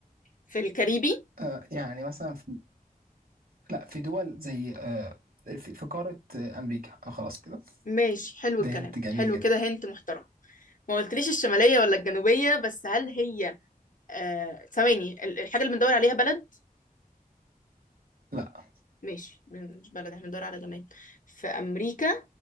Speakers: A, on the left; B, on the right.
A: في الكاريبي
B: آه يعني مثلا في... لا في دول زي آه في, في قارة آه أمريكا آه خلاص كده
A: ماشي حلو الكلام
B: ده هنت جميل
A: حلو
B: جدا
A: كده هنت محترم ما قلتليش الشمالية ولا الجنوبية بس هل هي آه... ثواني ال- الحاجة اللي بندور عليها بلد
B: لا
A: ماشي مش بلد احنا بندور على جماد في أمريكا